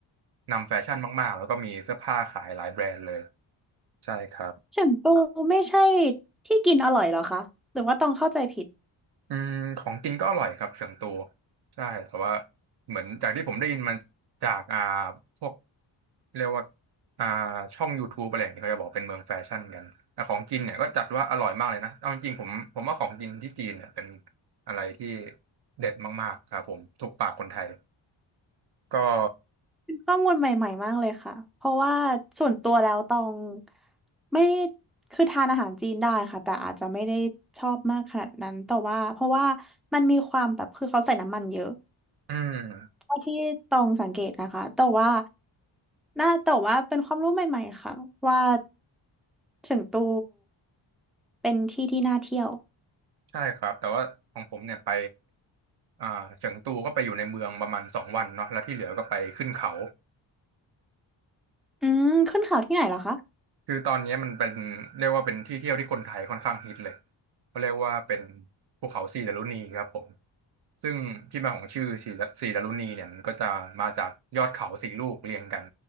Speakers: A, on the right; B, in the centre.
A: นำแฟชั่นมากๆแล้วก็มีเสื้อผ้าขายหลายแบรนด์เลยใช่ครับ
B: เฉิงตูไม่ใช่ที่กินอร่อยเหรอคะหรือว่าตองเข้าใจผิด
A: อืมของกินก็อร่อยครับเฉิงตูใช่แต่ว่าเหมือนจากที่ผมได้ยินมันจากอ่าพวกเรียกว่าอ่าช่อง YouTube อะไรอย่างเงี้ยเขาจะบอกเป็นเมืองแฟชั่นกันแต่ของกินเนี่ยก็จัดว่าอร่อยมากเลยนะเอาจริงๆผมผมว่าของกินที่จีนเนี่ยเป็นอะไรที่เด็ดมากๆครับผมถูกปากคนไทยก็
B: ข้อมูลใหม่ๆมากเลยค่ะเพราะว่าส่วนตัวแล้วตองไม่คือทานอาหารจีนได้ค่ะแต่อาจจะไม่ได้ชอบมากขนาดนั้นแต่ว่าเพราะว่ามันมีความแบบคือเขาใส่น้ำมันเยอะ
A: อืม
B: เท่าที่ตองสังเกตนะคะแต่ว่าน่าแต่ว่าเป็นความรู้ใหม่ๆ ค่ะว่าเฉิงตูเป็นที่ที่น่าเที่ยว
A: ใช่ครับแต่ว่าของผมเนี่ยไปอ่าเฉิงตูก็ไปอยู่ในเมืองประมาณสองวันเนาะแล้วที่เหลือก็ไปขึ้นเขา
B: อืมขึ้นเขาที่ไหนเหรอคะ
A: คือตอนนี้มันเป็นเรียกว่าเป็นที่เที่ยวที่คนไทยค่อนข้างฮิตเลยเขาเรียกว่าเป็นภูเขาสีดารุณีครับผมซึ่งที่มาของชื่อสีสีดารุณีเนี่ยมันก็จะมาจากยอดเขาสี่ลูกเรียงกัน